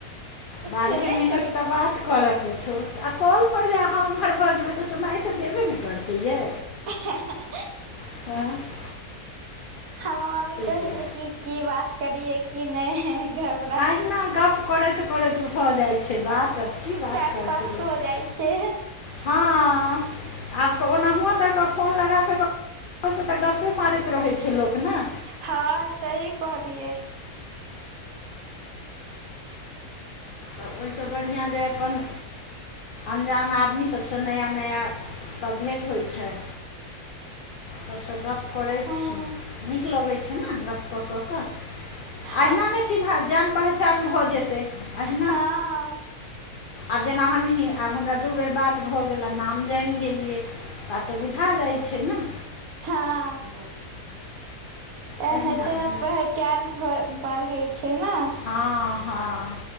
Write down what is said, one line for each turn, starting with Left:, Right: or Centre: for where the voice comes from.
Left: बारहे
Right: सुनै
Left: मिनट
Right: छली
Left: तऽ बात करऽ के छौ आ कॉल पर जे अहाँ ओम्हर बजबै तऽ सुनाइ तऽ देबे न करतैै यै
Right: हँ हँ
Left: ए
Right: हमर मम्मी कहै
Left: दुआरे
Right: छलै कि की बात करियै की नहि है घ
Left: अहिना गप करैत-करैत भऽ जाइ छै बात की बात
Right: टाइम
Left: करतै
Right: पास
Left: लोक
Right: भऽ जाइ छै
Left: हँ आब कऽ ओनाहू तऽ फोन लगा कऽ रोसँ तऽ गप्पे मारैत रहैत छै लोक न।
Right: हँ सही कहलियै।
Left: आ ओहिसँ बढ़िआँ जे अपन अनजान आदमी सबसँ नया-नया सब भेँट होइ छै। सबसँ गप्प करै
Right: हूँ
Left: छी, नीक लगै छै न गप्प क कऽ कऽ।
Right: हँ
Left: अहिना मे चिन्हल जान पहचान भए जेतय अहिना।
Right: हँ
Left: आब जेना हमहीँ, आब हमरा दू बेर बात भऽ गेल, आब नाम जानि गेलियै। तऽ आब त बुझा जाइ छै न।
Right: हं एनहैते
Left: अहिना अहिना
Right: में पहैत कैन भर पढ़ईं छै न।
Left: हँ-हँ